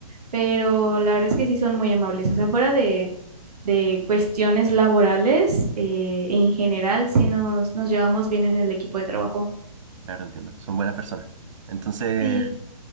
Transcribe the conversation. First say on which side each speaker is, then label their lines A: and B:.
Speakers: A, on the right; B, on the right.
A: pero la verdad es que sí son muy amables, o sea, fuera de, de cuestiones laborales, eh, en general sí nos, nos llevamos bien en el equipo de trabajo.
B: Claro, entiendo. Son buenas personas. Entonces,
A: Sí.